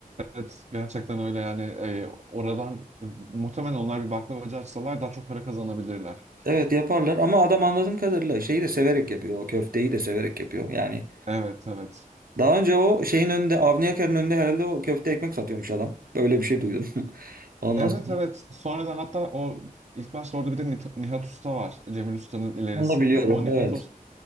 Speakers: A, on the right; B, on the right.
A: evet. Gerçekten öyle yani e, oradan e, muhtemelen onlar bir baklavacı açsalar daha çok para kazanabilirler.
B: Evet yaparlar ama adam anladığım kadarıyla şeyi de severek yapıyor. O köfteyi de severek yapıyor. Yani
A: Evet, evet.
B: Daha önce o şeyin önünde, Avni Yakar'ın önünde herhalde o köfte ekmek satıyormuş adam. Böyle bir şey duydum. <laughs> Ondan
A: Evet
B: sonra.
A: evet. Sonradan hatta o ilk başta orada bir de Nit- Nihat Usta var. Cemil Usta'nın ilerisinde.
B: Onu da biliyorum.
A: O Nihat
B: Evet.
A: Usta,